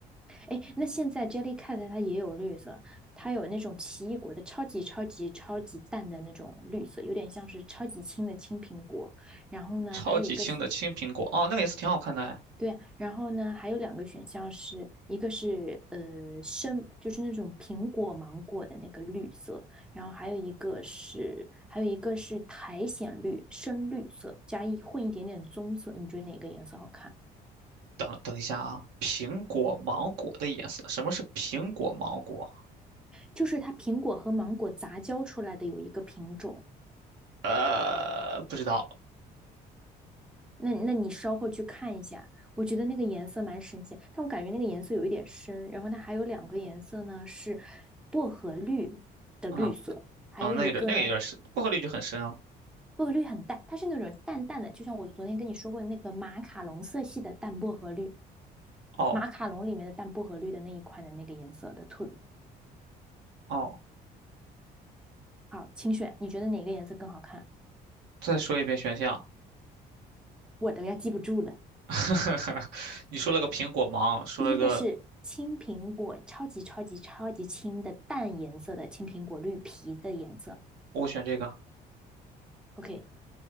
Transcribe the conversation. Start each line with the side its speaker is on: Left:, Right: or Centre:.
Centre: 哎，那现在 Jellycat 它也有绿色，它有那种奇异果的超级超级超级淡的那种绿色，有点像是超级青的青苹果。然后呢，
Right: 超级轻的青苹果，
Centre: 还有一个
Right: 哦，那个颜色挺好看的哎。
Centre: 对啊然后呢还有两个选项是，一个是呃深，就是那种苹果芒果的那个绿色，然后还有一个是还有一个是苔藓绿，深绿色加一混一点点棕色，你觉得哪个颜色好看？
Right: 等等一下啊，苹果芒果的颜色，什么是苹果芒果？
Centre: 就是它苹果和芒果杂交出来的有一个品种。
Right: 呃，不知道。
Centre: 那那你稍后去看一下，我觉得那个颜色蛮神奇，但我感觉那个颜色有一点深。然后它还有两个颜色呢，是薄荷绿的绿色，
Right: 嗯
Centre: 还有一个呢，
Right: 啊，那有点那个有点深，不合理就很深啊。
Centre: 薄荷绿很淡，它是那种淡淡的，就像我昨天跟你说过的那个马卡龙色系的淡薄荷绿，
Right: 哦
Centre: 马卡龙里面的淡薄荷绿的那一款的那个颜色的兔子。
Right: 哦，
Centre: 好，请选，你觉得哪个颜色更好看？
Right: 再说一遍选项，
Centre: 我都要记不住了。
Right: <laughs> 你说了个苹果芒，说了个
Centre: 第一个是青苹果，超级超级超级青的淡颜色的青苹果，绿皮的颜色。
Right: 我选这个。
Centre: OK